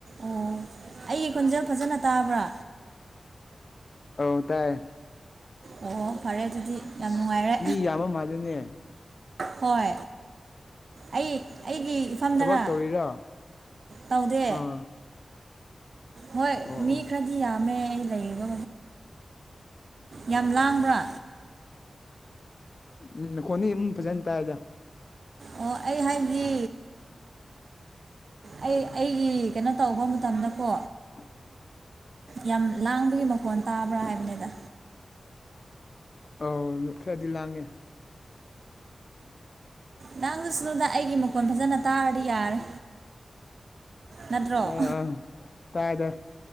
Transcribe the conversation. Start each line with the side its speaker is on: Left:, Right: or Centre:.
Right: ꯑꯣ ꯑꯩꯒꯤ ꯈꯨꯟꯖꯦ ꯐꯖꯅ ꯇꯥꯕ꯭ꯔꯥ
Left: ꯑ ꯇꯥꯏ
Right: ꯑꯣ ꯐꯔꯦ ꯑꯗꯨꯗꯤ
Left: ꯑꯁ
Right: ꯌꯥꯝ ꯅꯨꯡꯉꯥꯏꯔꯦ
Left: ꯃꯤ ꯌꯥꯝꯕ ꯃꯥꯜꯜꯂꯤꯅꯦ
Right: ꯍꯣꯏ ꯑꯩ ꯑꯩꯒꯤ ꯐꯝꯗꯅ
Left: ꯊꯕꯛ ꯇꯧꯔꯤꯔꯣ
Right: ꯇꯧꯗꯦ
Left: ꯑꯥ
Right: ꯍꯣꯏ
Left: ꯑꯣ
Right: ꯃꯤ
Left: ꯑꯣ
Right: ꯈꯔꯗꯤ ꯌꯥꯝꯃꯦ ꯂꯩꯔꯤꯕ ꯌꯥꯝ ꯂꯥꯡꯕ꯭ꯔꯥ
Left: ꯎꯝ ꯅꯈꯣꯟꯅꯤ ꯑꯗꯨꯝ ꯐꯖꯅ ꯇꯥꯏꯗ
Right: ꯑꯣ ꯑꯩ ꯍꯥꯏꯕꯗꯤ ꯑꯩ ꯑꯩꯒꯤ ꯀꯩꯅꯣ ꯇꯧꯕ ꯃꯇꯝꯗꯀꯣ
Left: <unintelligible>
Right: ꯌꯥꯝ ꯂꯥꯡꯕꯒꯤ ꯃꯈꯣꯟ ꯇꯥꯕ꯭ꯔꯥ ꯍꯥꯏꯕꯅꯤꯗ
Left: ꯑꯧ ꯈꯔꯗꯤ ꯂꯥꯡꯉꯦ ꯎꯝ
Right: ꯅꯪꯗꯨꯁꯨ ꯑꯩꯒꯤ ꯃꯈꯣꯟ ꯐꯖꯅ ꯇꯥꯔꯗꯤ ꯌꯥꯔꯦ ꯅꯠꯇ꯭ꯔꯣ
Left: ꯑꯥ ꯑꯥ ꯇꯥꯏꯗ